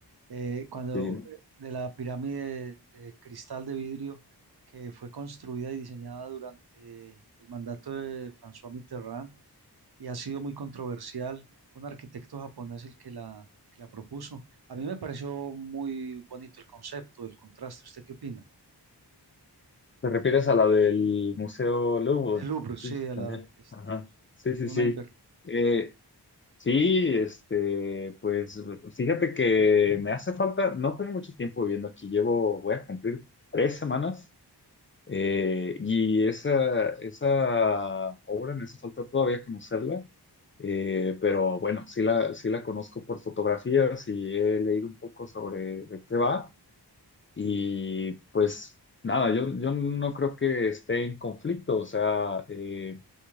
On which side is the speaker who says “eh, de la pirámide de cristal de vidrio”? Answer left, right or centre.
Right